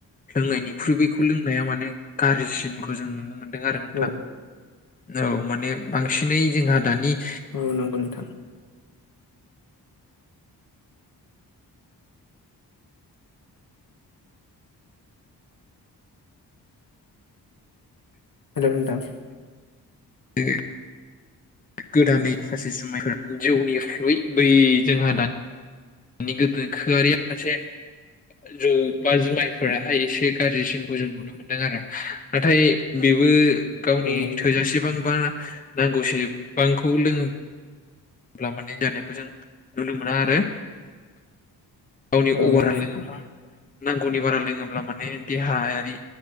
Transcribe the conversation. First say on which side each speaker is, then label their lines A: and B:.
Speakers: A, on the left (about 20°); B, on the left (about 50°).
A: लोंनायनिख्रुइ बैखौ लोंनाया माने गारजिसिनखौ जों नुनो मोनदों आरो नोंथां।
B: औ
A: औ माने बांसिनै जोंहा दानि
B: औ नंगौ नोंथां। हेलौ नोंथां।
A: दो गोदानै माखासे जुमाइफोर जिउनिख्रुय बै जोंहा दान नि गोनोखोआरिया मोनसे जौ बा जुमाइ फोराहाय एसे गाज्रिसिनखौ जों नुनो मोनदों आरो नाथाय बेबो गावनि
B: औ नंगौ नोंथां
A: थोजासेबांबा नांगौसेबांखौ लोङोब्ला माने जानायखौ जों नुनो मोना आरो गावनि
B: औ
A: अभारा
B: नंगौ
A: लोङोब्ला
B: नोंथां
A: नांगौनि बारा लोङोब्ला माने देहाया बि